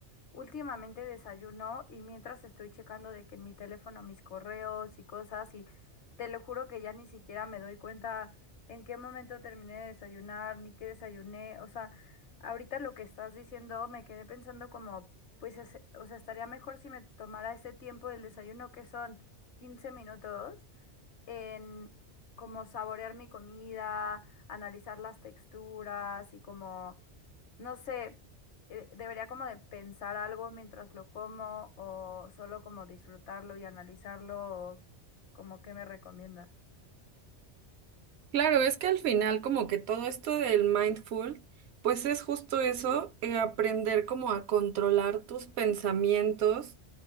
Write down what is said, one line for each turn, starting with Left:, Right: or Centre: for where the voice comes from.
Left: Últimamente desayuno y mientras estoy checando de que en mi teléfono mis correos y cosas y te lo juro que ya ni siquiera me doy cuenta en qué momento terminé de desayunar ni qué desayuné. O sea, ahorita lo que estás diciendo me quedé pensando como, pues, es- o sea, estaría mejor si me tomara ese tiempo del desayuno que son 15 minutos en como saborear mi comida, analizar las texturas y como, no sé, eh, debería como de pensar algo mientras lo como o solo como disfrutarlo y analizarlo, o como qué me recomiendas.
Right: Claro, es que al final como que todo esto del mindful, pues es justo eso, eh, aprender como a controlar tus pensamientos